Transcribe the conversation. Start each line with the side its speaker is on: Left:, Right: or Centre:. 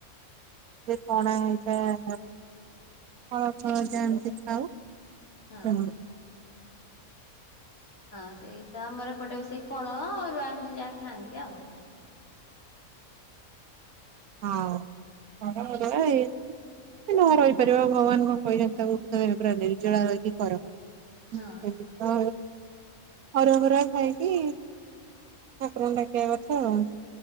Right: ପଣା ହେଇଥାଏ <inaudible> ହଁ ହ ଯାଣିନ୍ତି ଖାଉ
Left: ହଁ।
Right: ହ
Left: ହଁ ସେଇ ତ ଆମର ଏପଟେ ବି ସେଇ ଫଳ ଅରୁଆ ଏମିତି ଯାହା ଖାଆନ୍ତି ଆଉ।
Right: ହଁ <inaudible> ଯଦି ନ ରହିପାରିବ ଭଗବାନ କଣ କହିଛନ୍ତି ନିର୍ଜଳା ରହିକି କର।
Left: ହଁ
Right: ଏମିତି ତ ଅରୁଆଫରୁଆ ଖାଇକି। ଠାକୁରଙ୍କୁ ଡାକିବା କଥା ଆଉ।